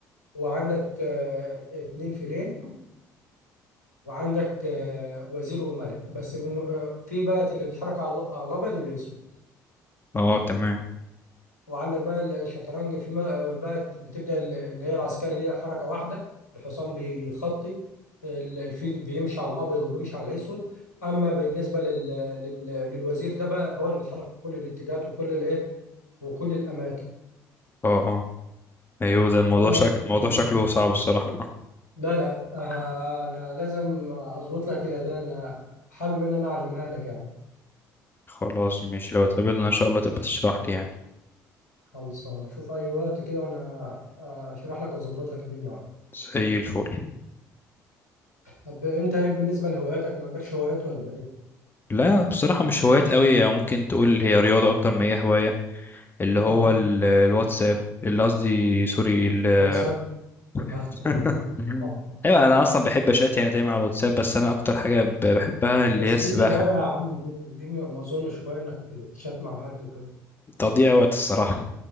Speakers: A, on the left (about 80°); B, on the left (about 25°).
A: وعندك آه، اتنين فيلين وعندك آه، وزير وملك بس من آه، في بقى اللي بيتحرك على ال- على الابيض والاسود
B: اه تمام
A: وعندك بقى الشطرنج في ما بقى بتبدأ ال- اللي هي العسكري ليها حركة واحدة الحصان بيخطي ال- الفيل بيمشي على الأبيض وبيمشي على الأسود أما بالنسبة لل... لل... للوزير ده بقى هو اللي بيتحرك في كل الاتجاهات وكل الإيه وكل الأماكن
B: اه اه ايوه ده الموضوع
A: وأما
B: شكل
A: بال-
B: الموضوع شكله صعب الصراحة
A: لا لا آه، أنا لازم أظبط لك إلى ده أنا حابب إن أنا أعلمها لك يعني
B: خلاص ماشي لو اتقابلنا ان شاء الله تبقى تشرح لي يعني
A: خلصانة شوف أي وقت كده وأنا آه، أشرح لك وأظبط لك الدنيا
B: زي الفل
A: طب أنت إيه بالنسبة لهواياتك ما عندكش هوايات ولا إيه؟
B: لا بصراحة مش هوايات قوي يعني ممكن تقول هي رياضة اكتر ما هي هواية اللي
A: أه
B: هو ال- الواتساب اللي قصدي سوري ال-
A: واتساب <laughs> اه
B: <laughs>
A: آه.
B: ايوه انا اصلا بحب اشات يعني دايما على الواتساب بس انا اكتر حاجه ب- بحبها اللي
A: بس
B: هي السباحه
A: دي مش هواية يا عم دي دي ما ما اظنش هواية انك تشات مع حد وكده
B: تضييع وقت الصراحه